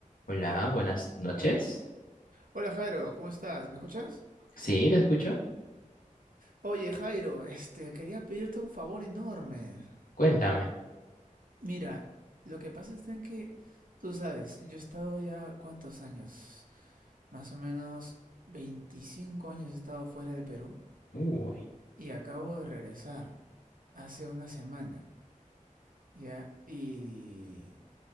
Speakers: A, on the left; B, on the right.
A: Hola, buenas noches.
B: Hola Jairo, ¿cómo estás? ¿Me escuchas?
A: Sí, te escucho.
B: Oye Jairo, este, quería pedirte un favor enorme.
A: Cuéntame.
B: Mira, lo que pasa es en que, tú sabes, yo he estado ya cuántos años, más o menos 25 años he estado fuera de Perú
A: Uy.
B: y acabo de regresar hace una semana, ¿ya? Y...